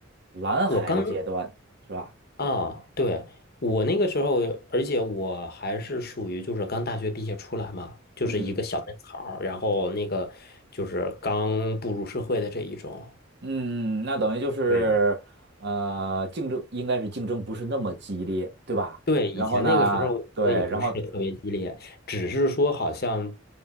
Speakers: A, on the right (about 60°); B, on the left (about 50°).
A: 蓝海的阶段，
B: 我刚
A: 是吧？
B: 啊，对，我那个时候，而且我还是属于就是刚大学毕业出来嘛，就是一个小嫩草儿，
A: 嗯
B: 然后那个就是刚步入社会的这一种。
A: 嗯，那等于就是呃，
B: 对。
A: 竞争应该是竞争不是那么激烈，对吧？
B: 对，以前那个时候，
A: 然后呢，
B: 我觉得也不是特别激烈，
A: 对，然后
B: 只是说好像